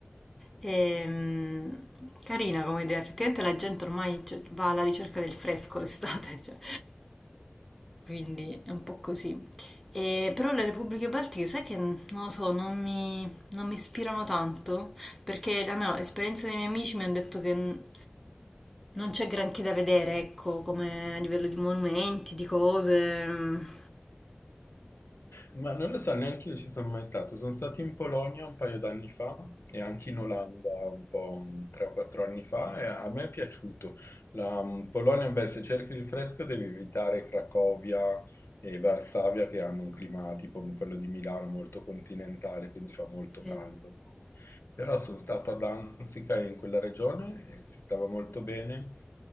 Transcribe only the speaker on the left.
Ma non lo so, neanche io ci sono mai stato. Sono stato in Polonia un paio d'anni fa e anche in Olanda un po' un- tre o quattro anni fa e a me è piaciuto. La mm, Polonia, beh, se cerchi il fresco devi evitare Cracovia e Varsavia che hanno un clima tipo quello di Milano molto continentale, quindi fa molto
caldo. Però sono stato a Danzica in quella regione e si stava molto bene.